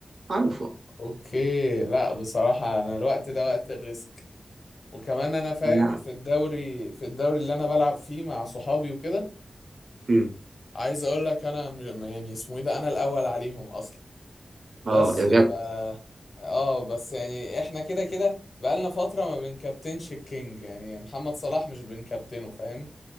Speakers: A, on the right; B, on the left.
A: معروفه
B: اوكي لا بصراحة انا الوقت ده وقت الريسك وكمان انا فاهم
A: انا
B: في الدوري في الدوري اللي انا بلعب فيه مع صحابي وكده
A: مم.
B: عايز اقول لك انا م- يعني اسمه ايه ده انا الاول عليهم اصلا
A: اه
B: بس
A: يا بجد
B: ف اه بس يعني احنا كده كده بقالنا فتره ما بنكابتنش الكينج يعني محمد صلاح مش بنكابتنه فاهم